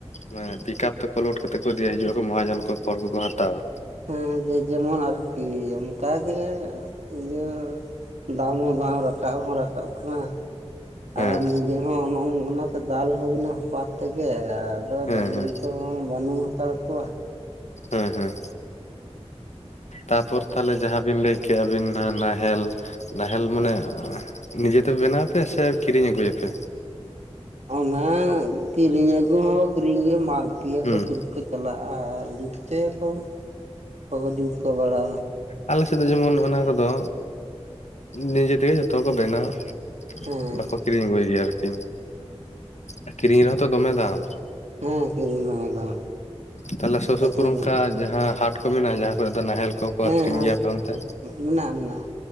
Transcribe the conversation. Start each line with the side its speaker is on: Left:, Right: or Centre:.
Left: ᱢᱟᱱᱮ ᱯᱤᱠᱟᱯ ᱛᱮᱠᱚ ᱞᱳᱰ ᱠᱟᱛᱮᱫ ᱠᱚ ᱤᱫᱤᱭᱮ ᱦᱤᱡᱩᱜᱼᱟᱚ ᱢᱚᱦᱟᱡᱚᱱ ᱠᱚ ᱠᱷᱚᱲ ᱠᱚᱠᱚ ᱦᱟᱛᱟᱣᱟ
Right: ᱦᱮᱸ ᱡᱮ ᱡᱮᱢᱚᱱ ᱟᱨᱠᱤ ᱚᱱᱠᱟᱜᱮ ᱤᱭᱟᱹ ᱫᱟᱢ ᱦᱚᱸ ᱵᱟᱝ ᱨᱟᱠᱟᱵ ᱦᱚᱸ ᱨᱟᱠᱟᱵ ᱠᱟᱱᱟ
Left: ᱦᱮᱸ
Right: ᱟᱨ ᱱᱤᱡᱮ ᱦᱚᱸ ᱚᱱᱟᱛᱮ ᱫᱟᱞ ᱦᱩᱭᱱᱟ ᱦᱚᱯᱟᱨ ᱛᱮᱜᱮ ᱟᱨ ᱟᱫᱚ
Left: ᱦᱮᱸ
Right: ᱰᱟᱹᱝᱨᱤ
Left: ᱦᱮᱸ
Right: ᱠᱚᱦᱚᱸ ᱵᱟᱹᱱᱩᱜ ᱦᱟᱛᱟᱲ ᱠᱚᱣᱟ᱾
Left: ᱦᱮᱸ ᱦᱮᱸ ᱛᱟᱯᱚᱨ ᱛᱟᱦᱚᱞᱮ ᱡᱟᱦᱟᱸ ᱵᱤᱱ ᱞᱟᱹᱭ ᱠᱮᱫᱮᱜᱼᱟᱵᱤᱱ ᱱᱟᱦᱮᱞ ᱱᱟᱦᱮᱞ ᱢᱟᱱᱮ ᱱᱤᱡᱮᱛᱮ ᱵᱮᱱᱟᱣᱯᱮ ᱥᱮ ᱠᱤᱨᱤᱧ ᱟᱹᱜᱩᱭ ᱟᱯᱮ
Right: ᱚᱱᱟ ᱠᱤᱨᱤᱧ ᱟᱹᱜᱩ ᱦᱚᱸ ᱠᱤᱨᱤᱧ ᱜᱮ ᱢᱟᱜ ᱜᱮᱭᱟ
Left: ᱦᱩᱸ
Right: ᱠᱚ ᱵᱤᱨ ᱠᱷᱚᱡ ᱪᱟᱞᱟᱜᱼᱟ ᱟᱨ ᱡᱩᱛ ᱦᱚᱪᱚᱭᱟᱠᱚ ᱚᱠᱚᱭ ᱠᱚ ᱡᱩᱛ ᱠᱚ ᱵᱟᱲᱟᱣᱟ
Left: ᱟᱞᱮᱥᱮᱫ ᱫᱚ ᱡᱮᱢᱚᱱ ᱚᱱᱟ ᱠᱚᱫᱚ ᱱᱤᱡᱮ ᱛᱮᱜᱮ ᱡᱷᱚᱛᱚ ᱠᱚ ᱵᱮᱱᱟᱣ
Right: ᱦᱮᱸ
Left: ᱵᱟᱠᱚ ᱠᱤᱨᱤᱧ ᱟᱹᱜᱩᱭ ᱜᱮᱭᱟ ᱟᱨᱠᱤ ᱟᱨ ᱠᱤᱨᱤᱧ ᱨᱮᱦᱚᱸ ᱛᱚ ᱫᱚᱢᱮ ᱫᱟᱢ
Right: ᱦᱮᱸ ᱠᱤᱨᱤᱧ ᱫᱚ ᱢᱮᱱᱟᱜᱼᱟ
Left: ᱛᱟᱞᱚᱦᱮ ᱥᱩᱨ
Right: ᱠᱷᱟᱹᱪᱤ
Left: ᱥᱩᱯᱩᱨ ᱚᱱᱠᱟ
Right: ᱫᱚ
Left: ᱡᱟᱦᱟᱸ ᱦᱟᱴ ᱠᱚ ᱢᱮᱱᱟᱜᱼᱟ ᱡᱟᱦᱟᱸ ᱠᱚᱨᱮ ᱫᱚ ᱱᱟᱦᱮᱞ ᱠᱚᱠᱚ
Right: ᱦᱮᱸ
Left: ᱟᱠᱷᱨᱤᱧ
Right: ᱦᱮᱸ
Left: ᱜᱮᱭᱟ ᱟᱯᱮ ᱚᱱᱛᱮ
Right: ᱢᱮᱱᱟᱜᱼᱟ ᱢᱮᱱᱟᱜᱼᱟ